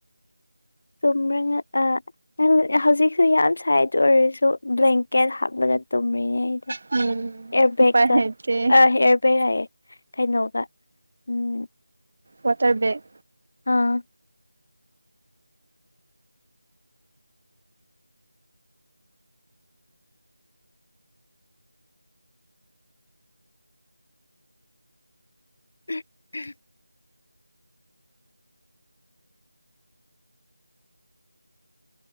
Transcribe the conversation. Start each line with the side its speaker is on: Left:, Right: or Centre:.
Left: ꯇꯨꯝꯔꯤꯡ ꯔꯛꯑ <unintelligible> ꯍꯧꯖꯤꯛꯁꯨ ꯌꯥꯝ ꯁꯥꯏ ꯑꯗꯨ ꯑꯣꯏꯔꯁꯨ ꯕ꯭ꯂꯦꯡꯀꯦꯠ ꯍꯥꯞꯂꯒ ꯇꯨꯝ ꯔꯤꯅꯦ ꯑꯩꯗꫭ
Right: ꯎꯝ
Left: ꯏꯔꯕꯦꯛꯀ
Right: ꯎꯄꯥꯏ ꯂꯩꯇꯦ
Left: ꯑ ꯏꯔꯕꯦꯛ ꯍꯥꯏꯌꯦ ꯀꯩꯅꯣꯒ ꯎꯝ
Right: ꯋꯥꯇꯔ ꯕꯦꯛ
Left: ꯑꯥ <inaudible>